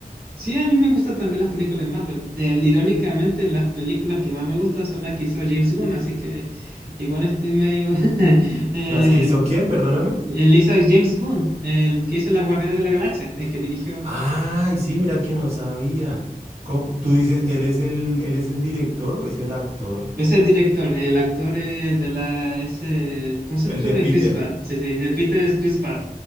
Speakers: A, on the right; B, on the right.
A: Sí, a mí me gustan también las películas de Marvel. Eh, irónicamente, las películas que más me gustan son las que hizo James Gunn, así que igual estoy medio... <laughs> eh,
B: ¿Las que hizo quién, perdóname?
A: él hizo James Gunn, el que hizo Las Guardianes de la Galaxia, el que dirigió
B: Ay, sí, mira que no sabía. Con- tú dices, ¿él es el, él es el director o es el actor?
A: Ese es director, el actor eh, de la, ese, el concepto
B: El de
A: de
B: Peter.
A: Chris Pratt, sí, sí, el Peter es Chris Pratt,